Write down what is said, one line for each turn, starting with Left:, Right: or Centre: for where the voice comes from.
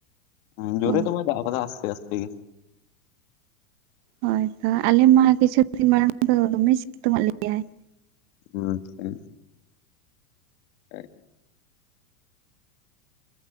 Left: ᱦᱮᱸ ᱡᱳᱨᱮ
Right: ᱚ
Left: ᱫᱚ ᱵᱟᱭ ᱫᱟᱜ ᱟᱠᱟᱫᱟ ᱟᱥ ᱟᱥᱛᱮ ᱟᱥᱛᱮ ᱜᱮ ᱾
Right: ᱦᱳᱭ ᱛᱚ ᱟᱞᱮ ᱢᱟ ᱠᱤᱪᱷᱩ ᱫᱤᱱ ᱢᱟᱲᱟᱝ ᱫᱚ ᱫᱚᱢᱮ ᱥᱤᱛᱩᱝ ᱟᱸᱜ ᱞᱮᱭᱟᱭ ᱾
Left: ᱟᱪᱷᱟ ᱾ ᱟᱡ